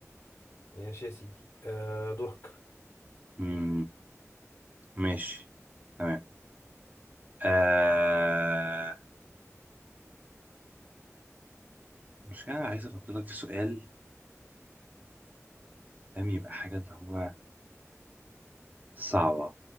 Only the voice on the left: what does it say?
ماشي يا سيدي آه دورك